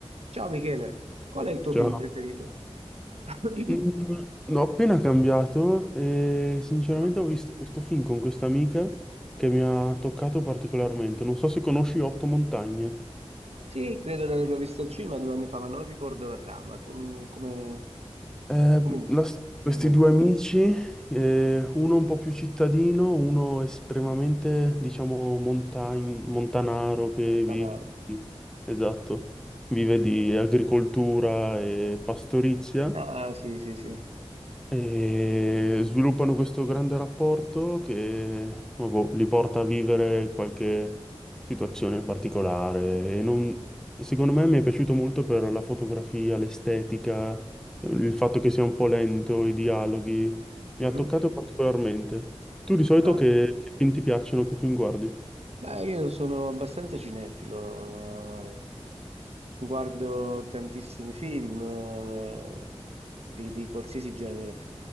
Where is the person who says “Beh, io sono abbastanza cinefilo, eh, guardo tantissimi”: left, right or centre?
Right